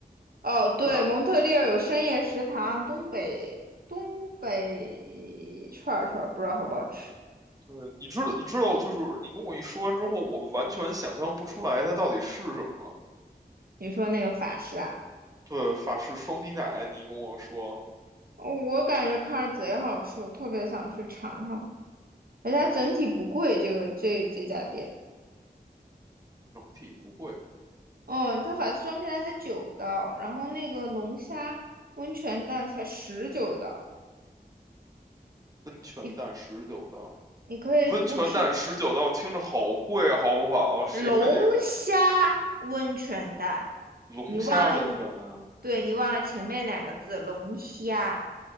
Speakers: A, on the right; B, on the right.
A: 哦，对，
B: 对啊，
A: 蒙特利尔有深夜食堂，东北东北串儿串儿不知道好不好吃。
B: 对，你知道，你知道，就是你跟我一说完之后，我完全想象不出来它到底是什么。
A: 你说那个法式啊，
B: 对，法式双皮奶，你跟我说
A: 哦我感觉看着贼好吃，我特别想去尝尝。而且它整体不贵，这个这这家店。
B: 整体不贵，
A: 嗯，它法式双皮奶才九刀，然后那个龙虾温泉蛋才十九刀。
B: 温泉蛋十九刀。
A: 你你可以不吃
B: 温泉蛋十九道听着好贵啊，好不好？谁跟你
A: 龙虾温泉蛋，
B: 龙虾温泉呢？
A: 你忘了一，对你忘了前面两个字龙虾，